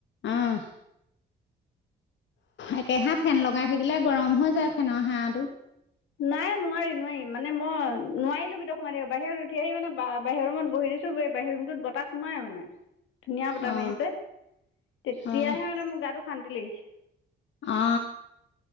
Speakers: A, on the left; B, on the left.
A: অ'। একেহাৰে ফেন লগাই থাকিলে গৰম হৈ যায় ফেনৰ হাৱাটো।
B: নাই নোৱাৰি নোৱাৰি মানে, মই নোৱাৰিলো ভিতৰত সোমাই থাকিব। বাহিৰত উঠি আহি মানে বা বাহিৰৰ ৰুমত বহি দিছো। এই বাহিৰ ৰুমত বতাহ সোমাই মানে। ধুনীয়া বতাহ
A: অ
B: মাৰি আছে। তেতিয়াহে
A: অ
B: মানে মোৰ গাটো শান্তি লাগিছে।
A: আ।